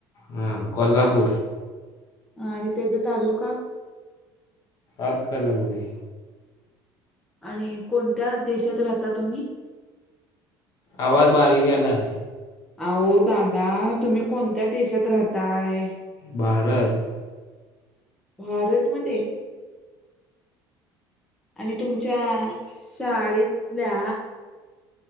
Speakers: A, on the left; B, in the centre.
A: ह कोल्हापूर
B: आणि त्याचा तालुका
A: आप कर लवगे
B: आणि कोणत्या देशात राहता तुम्ही
A: आवाज बारीक आलाय
B: अह दादा तुम्ही कोणत्या देशात राहताय
A: भारत
B: भारतमध्ये आणि तुमच्या शाळेतल्या